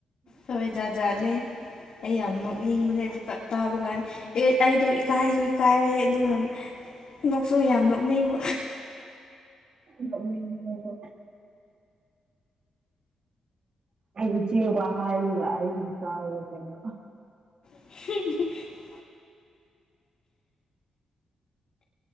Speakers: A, on the left (about 60°); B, on the right (about 55°).
A: ꯍꯣꯏ ꯖꯥꯠ ꯖꯥꯠꯅꯤ ꯑꯩ ꯌꯥꯝ ꯅꯣꯛꯅꯤꯡꯕꯅꯦ ꯑꯗꯨ ꯀꯥ ꯇꯥꯕ ꯀꯥꯟꯗ ꯑꯩꯗꯣ ꯏꯀꯥꯏꯁꯨ ꯏꯀꯥꯏꯔꯦ ꯑꯗꯨꯒ ꯅꯣꯛꯁꯨ ꯌꯥꯝ ꯅꯣꯛꯅꯤꯡꯕ
B: ꯅꯣꯛꯅꯤꯡꯕ꯭ꯔꯥꯀꯣ ꯑꯩꯁꯨ ꯆꯤꯡꯋꯥ ꯍꯥꯏꯔꯒ ꯑꯩꯁꯨ ꯀꯥꯎꯔꯦ ꯀꯩꯅꯣ
A: <unintelligible>